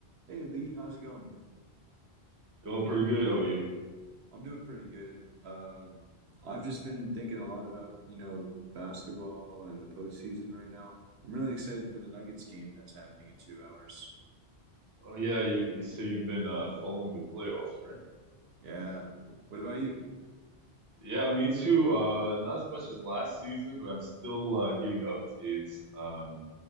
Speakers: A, on the right (about 70°); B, on the right (about 25°).
A: Hey Lee, how's it going?
B: Going pretty good. How about you?
A: I'm doing pretty good. Um, I've just been thinking a lot about, you know, basketball and the postseason right now. I'm really excited for the Nuggets game that's happening in two hours.
B: Oh yeah, you you say you've been uh, following the playoffs, right?
A: Yeah. What about you?
B: Yeah, me too. Uh, not as much as last season, but I'm still uh, getting updates. Um,